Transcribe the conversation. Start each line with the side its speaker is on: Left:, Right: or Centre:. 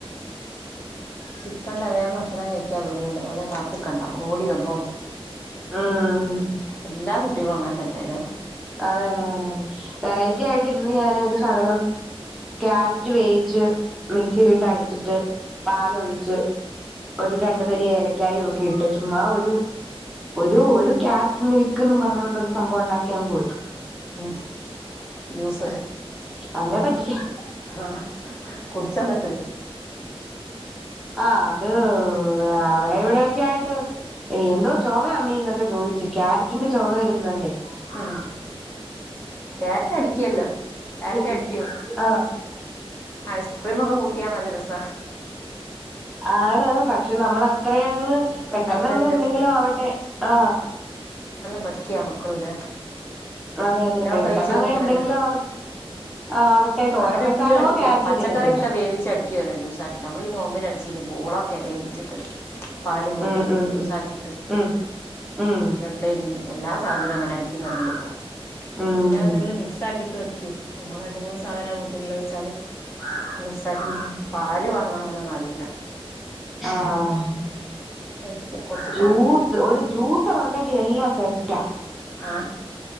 Left: ചിക്കൻട്ടോൽ വേഗം ഭക്ഷണം കഴിക്കാൻ വരും ഓല് ഓല കാത്ത്ക്കണ്ട ഓടി വന്നോളും
Centre: ഉം
Left: എല്ലാ കുട്ടികളും അങ്ങനെ തന്നെ ലേ
Centre: അതെ അതെ അതെ വെറൈറ്റി ആയിട്ട് ഇന്ന് ഞാനെര് സകലം ക്യരറ്റ് വേവിച്ച് മിക്സിയിലിട്ട് അടിച്ചിട്ട് പാലൊഴിച്ച് ഒരു രണ്ടു തരി ഏലക്കായ ഒക്കെ ഇട്ട് ചുമ്മാ ഒരു ഒരു ഒരു ക്യാരറ്റ് മിൽക്ക്ന്ന് പറഞ്ഞൊണ്ട ഒരു സംഭവം ഉണ്ടാക്കിയൻ കൊടുത്തു
Left: ഉം ജൂസ്
Centre: അവരെ പറ്റിക്കാൻ
Left: ആ കുടിച്ചന്നിട്ട്
Centre: ആ അത് അവിടെ ഇവിടെക്കെ ആയിട്ട് എന്തോ ചോവ അമ്മീന്നൊക്കെ ചോദിച്ചി ക്യാരറ്റിന്റെ ചൊവ വരരുന്നുണ്ടേ
Left: ഉം ക്യാരറ്റ് അടിക്കല്ലോ ക്യാരറ്റ്
Centre: ചേ
Left: അടിക്കൂ
Centre: ആഹ്
Left: ഐസ്ക്രീമ ഒക്കെ കൂട്ട കട്ടിയാമല രസ
Centre: ആണ് പക്ഷെ നമ്മൾ അത്രയും
Left: നമുക്ക്
Centre: പെട്ടെന്ന്ങ്ങ്
Left: ഇണ്ടാവൂലല്ലേ
Centre: എന്തെങ്കിലും
Left: ഉം
Centre: ആവട്ടെ ആ
Left: പഠിക്ക മക്കളനെ
Centre: അതെ അതെ
Left: എല്ലാം
Centre: പെട്ടെന്നങ്ങ്
Left: കഴിച്ചു പടിക്കണല്ലോ
Centre: എന്തെങ്കിലും ആവ ആവട്ടെ തോരൻ
Left: അങ്ങനെ
Centre: വെച്ചാലോ
Left: എല്ലാം അടിക്കാ
Centre: ക്യാരറ്റ്
Left: പച്ചക്കറിയൊക്കെ
Centre: തിന്നത്തില്ല
Left: വേവിച്ച അടിക്കുവല്ലോ ജ്യൂസാക്കിട്ട് നമ്മള് ഈ നോമ്പിന അടിച്ചനി പൂള ഒക്കെ വേവിച്ചിട്ട പാല കൂട്ടി
Centre: ഉം ഉം
Left: യൂസ ആക്കിട്ട്
Centre: ഉം ഉം
Left: വെള്ളരി എല്ലാ സാധനവും അങ്ങനെ അടിക്കുന്നവരുണ്ട് ഇപ്പോ
Centre: ഉം
Left: പിന്നെ എന്തെങ്കിലും മിക്സ് ആക്കിട്ട് രണ്ട മൂന്ന് സാധനമാ വീട്ടിലൂള്ള വെച്ചാല് മിക്സ ആക്കി
Centre: ഉം
Left: പാല് പറണം അങ്ങനോന്നും അറിയില്ല
Centre: ആഹ്
Left: കഴിക്ക കൊറച്ച്
Centre: ജ്യൂസ്
Left: തണുപ്പും
Centre: ഒരു ജ്യൂസർ ഉണ്ടെങ്കി എല്ല സെറ്റാ
Left: ആ